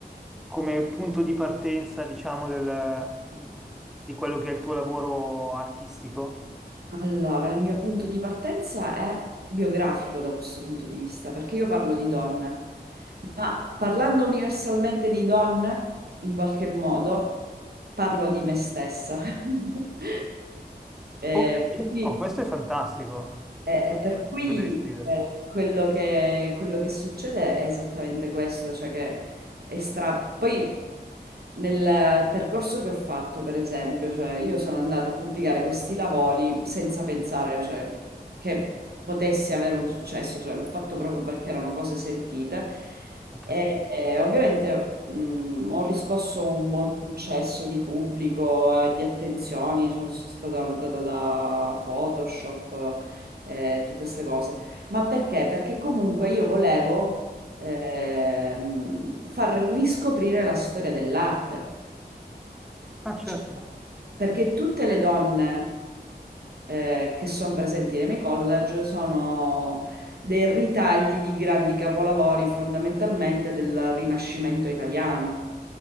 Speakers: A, in the centre; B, on the right (about 70°).
A: come punto di partenza, diciamo, del- di quello che è il tuo lavoro artistico?
B: Allora, il mio punto di partenza è biografico da questo punto di vista, perché io parlo di donne, ma parlando universalmente di donne, in qualche modo, parlo di me stessa. <laughs> Eh,
A: Ok,
B: quindi
A: oh, questo è fantastico.
B: e,
A: Questo
B: e per cui
A: lo devi scrivere.
B: eh, quello che, quello che succede è esattamente questo, cioè che è stra- Poi nel percorso che ho fatto, per esempio, cioè io sono andata a pubblicare questi lavori senza pensare, cioè, che potessi avere un successo, cioè l'ho fatto proprio perché erano cose sentite.
A: Ok.
B: E, e ovviamente mh, ho riscosso un buon successo di pubblico e di attenzioni, cioè, sono stata notata da Photoshop eh, tutte queste cose. Ma perché? Perché comunque io volevo ehm, far riscoprire la storia dell'arte.
A: Ah, certo.
B: Cioè, perché tutte le donne eh, che sono presenti nei miei college sono dei ritagli di grandi capolavori fondamentalmente del Rinascimento italiano.